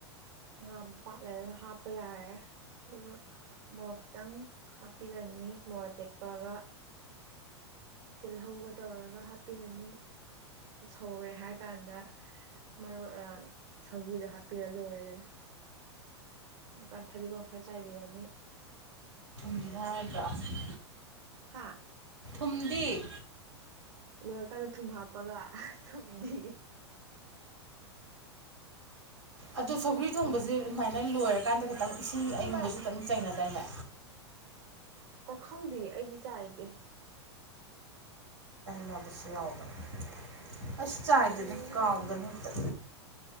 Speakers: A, on the right; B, on the right.
A: ꯉꯥꯕꯥꯛ ꯂꯩꯔꯒ ꯍꯥꯞꯄ ꯌꯥꯔꯦ ꯑꯗꯨꯒ ꯃꯣꯔꯣꯛ ꯈꯤꯇꯪ ꯍꯥꯞꯄꯤꯔꯅꯤ ꯃꯣꯔꯣꯛ ꯑꯇꯦꯛꯄꯒ ꯇꯤꯜꯍꯧꯒ ꯇꯧꯔꯒ ꯍꯥꯞꯄꯤꯔꯅꯤ ꯁꯧꯔꯦ ꯍꯥꯏꯔꯥ ꯀꯥꯟꯗ ꯑꯥ ꯃꯔꯣꯏ ꯁꯧꯒ꯭ꯔꯤꯗꯣ ꯍꯥꯞꯄꯤꯔꯥ ꯂꯣꯏꯔꯦꯗꯅ <unintelligible> ꯐꯥꯗꯤꯒꯣꯝ ꯈꯔꯥ ꯆꯥꯏꯕꯤꯔꯅꯤ
B: <unintelligible>
A: ꯍꯥꯥ
B: ꯊꯨꯝꯗꯤ
A: ꯂꯣꯏꯔꯥꯀꯥꯟꯗ ꯊꯨꯝ ꯍꯥꯞꯄꯒ ꯊꯨꯝꯗꯤ
B: ꯑꯗꯨ ꯁꯧꯒ꯭ꯔꯤ ꯊꯣꯡꯕꯖꯤ
A: ꯊꯨꯝ
B: ꯁꯨꯃꯥꯏꯅ ꯂꯣꯏꯔꯀꯥꯟꯗ ꯈꯤꯇꯪ ꯏꯁꯤꯡ ꯑꯌꯤꯡꯕꯁꯤ ꯈꯤꯇꯪ ꯆꯥꯏꯅꯗꯥꯏꯅꯦ
A: ꯑꯣ ꯈꯪꯗꯦ ꯑꯩꯗꯤ ꯆꯥꯏꯗꯦ꯫
B: ꯅꯕꯁꯨ ꯌꯥꯎꯕꯅꯦ ꯑꯁꯨ ꯆꯥꯏꯗꯦꯅ
A: ꯑꯣ
B: ꯀꯥꯎꯗꯅ
A: ꯌꯥꯝꯅ
B: ꯍꯦꯛꯇ